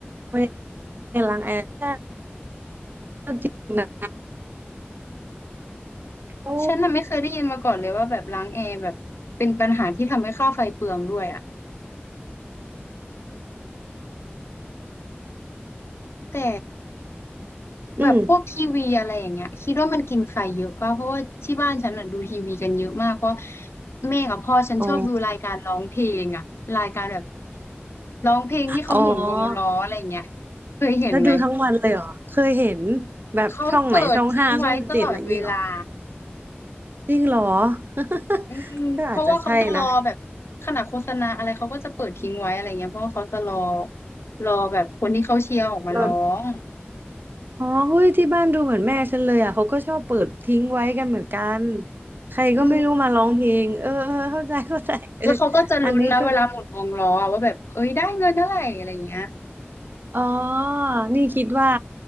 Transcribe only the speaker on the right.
ไม่ได้ล้างแอร์ใช่ก็จริงนะโอ้
<laughs> อืม
อ๋อ
อ๋อ
แล้วดูทั้งวันเลยเหรอเคยเห็นแบบช่องไหนช่องห้าช่องเจ็ดอะไรอย่างงี้เหรอ
จริงเหรอ <laughs>
ก็อาจจะใช่นะ
โดนอ๋อเฮ้ยที่บ้านดูเหมือนแม่ฉันเลยอ่ะ เขาก็ชอบเปิดทิ้งไว้กันเหมือนกันใครก็ไม่รู้มาร้องเพลงเออเออเข้าใจ
<laughs> เข้าใจเออ
อันนี้ก็อ๋อนี่คิดว่า